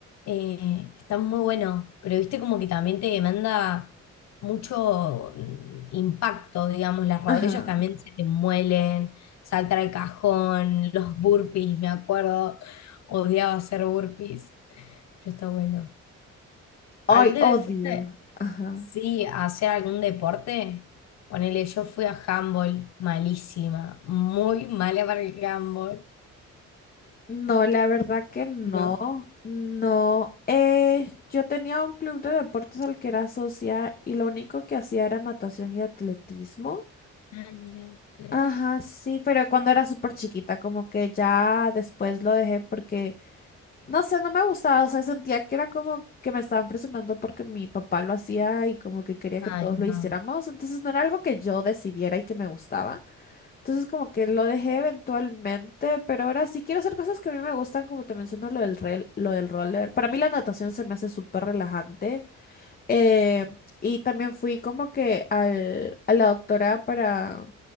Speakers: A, on the left; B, on the left.
A: eh, está muy bueno, pero viste como que también te demanda mucho mm, impacto, digamos, las rodillas
B: ajá.
A: también se te muelen, saltar al cajón, los burpees, me acuerdo, odiaba hacer burpees, pero está bueno.
B: Ay,
A: ¿Alguna
B: odio.
A: vez fuiste
B: Ajá.
A: Sí, hacer algún deporte. Ponele, yo fui a handball, malísima, muy mala para el handball,
B: No, la verdad que no.
A: ¿no?
B: No. Eh, yo tenía un club de deportes al que era socia y lo único que hacía era natación y atletismo.
A: Ah, mira, atletismo.
B: Ajá, sí, pero cuando era súper chiquita, como que ya después lo dejé porque No sé, no me gustaba, o sea, sentía que era como que me estaban presionando porque mi papá lo hacía y como que quería
A: Ay,
B: que todos lo
A: no.
B: hiciéramos, entonces no era algo que yo decidiera y que me gustaba. Entonces como que lo dejé eventualmente, pero ahora sí quiero hacer cosas que a mí me gustan, como te menciono lo del rel- lo del roller. Para mí la natación se me hace súper relajante. Eh, y también fui como que al, a la doctora para,